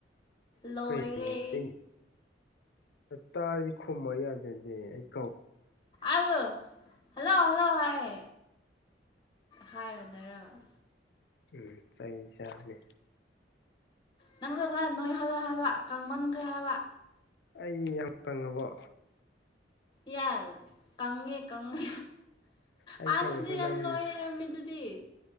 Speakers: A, on the left; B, on the left.
A: ꯂꯣꯏꯔ‌ꯦ
B: ꯀꯩꯅꯣ ꯇꯥꯔꯗꯤ ꯈꯨꯝꯕ ꯌꯥꯗ꯭ꯔꯦꯗꯤ ꯑꯩ ꯀꯧ
A: ꯑꯗꯨ ꯍꯜꯂꯣ ꯍꯜꯂꯣ ꯍꯥꯏ ꯍꯥꯏꯔꯣ ꯂꯩꯔꯒ
B: ꯎꯝ ꯆꯩ ꯆꯅꯤ
A: ꯅꯪꯗꯣ ꯅꯔ ꯅꯣꯏ ꯍꯜꯂꯛꯑꯣ ꯍꯥꯏꯕ ꯀꯥꯡꯃꯟꯈ꯭ꯔꯦ ꯍꯥꯏꯕ
B: ꯑꯩ ꯌꯥꯝ ꯀꯪꯉꯕꯣ
A: ꯌꯥꯁ ꯀꯪꯉꯦ ꯀꯪꯉꯦ
B: ꯑꯩ
A: ꯍꯥꯟꯅꯗꯤ
B: ꯀꯪꯉꯁꯨ
A: ꯌꯥꯝ
B: ꯅꯪ
A: ꯂꯣꯏꯔꯝꯃꯤ ꯗꯨꯗꯤ